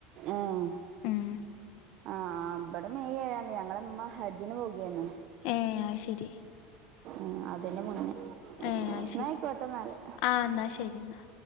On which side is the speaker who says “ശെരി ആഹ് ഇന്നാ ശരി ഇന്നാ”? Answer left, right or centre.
Left